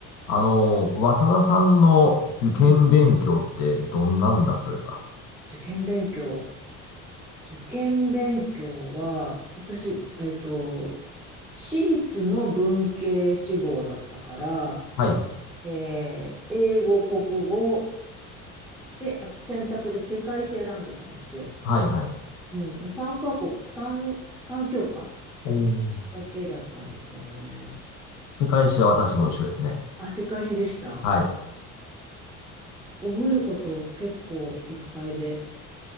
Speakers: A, on the left; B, in the centre.
A: あの、渡田さんの受験勉強ってどんなんだったですか
B: うん、受験勉強。受験勉強は、私、えっと、私立の文系志望だったから、
A: はい。
B: えー英語、国語で、あと選択で世界史選んでたんですよ。
A: はい、はい。
B: うん、3カ国、3、三教科
A: おー
B: だけだったんですよね。
A: 世界史は私も一緒ですね。
B: あ、世界史でした。
A: はい。
B: 覚えること結構いっぱいで、